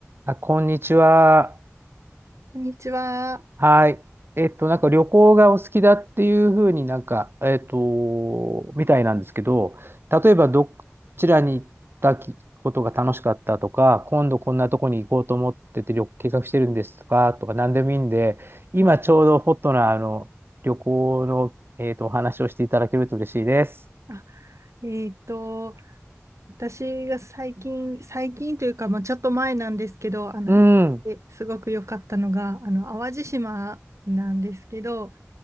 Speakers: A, on the right (about 50°); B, on the right (about 70°).
A: あ、こんにちは。
B: こんにちは。
A: はい。えっと、なんか旅行がお好きだっていうふうになんか、えっと、みたいなんですけど、例えばどちらに行ったきことが楽しかったとか、今度こんなとこに行こうと思ってて旅計画してるんですとか、とか何でもいいんで、今ちょうどホットなあの旅行の、えっと、お話をしていただけると嬉しいです。
B: あ、えっと、私が最近、最近というか、まあ、ちょっと前なんですけど、あの、
A: うん、
B: 行ってすごく良かったのが、あの、淡路島なんですけど、